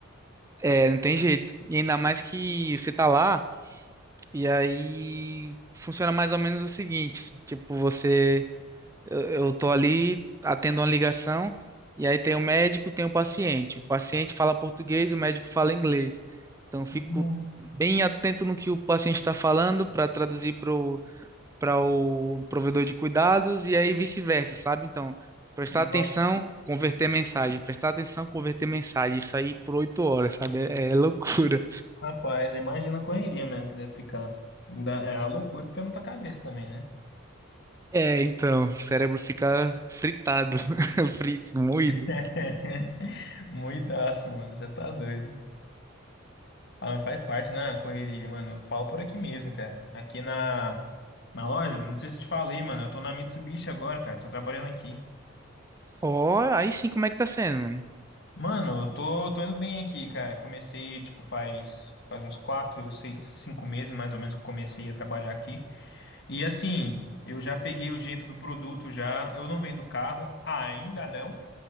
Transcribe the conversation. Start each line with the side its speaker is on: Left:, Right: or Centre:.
Right: É, não tem jeito. E ainda mais que você tá lá... E aí funciona mais ou menos o seguinte, tipo, você, eu, eu tô ali, atendo uma ligação, e aí tem o médico, tem o paciente. O paciente fala português, o médico fala inglês. Então, eu fico
Left: Hum.
Right: bem atento no que o paciente está falando para traduzir pro, para o provedor de cuidados e aí vice-versa, sabe? Então, prestar
Left: Nossa.
Right: atenção, converter mensagem, prestar atenção, converter mensagem. Isso aí por oito horas, sabe? É, é loucura.
Left: Rapaz, imagina a correria mesmo que deve ficar. Dá- É a loucura que fica na tua cabeça também, né?
Right: É, então, o cérebro fica fritado, <laughs> frito, moído.
Left: <laughs> Muidaço, mano. Você tá doido. Ah, mas faz parte, né? a Correria, mano. Eu falo por aqui mesmo, cara. Aqui na, na loja, não sei se eu te falei, mano. Eu tô na Mitsubishi agora, cara. Tô trabalhando aqui.
Right: Ó, aí sim, como é que tá sendo, mano?
Left: Mano, eu tô, tô indo bem aqui, cara. Comecei, tipo, faz, faz uns quatro, seis, cinco meses mais ou menos que eu comecei a trabalhar aqui. E assim, eu já peguei o jeito do produto já. Eu não vendo carro, ainda não.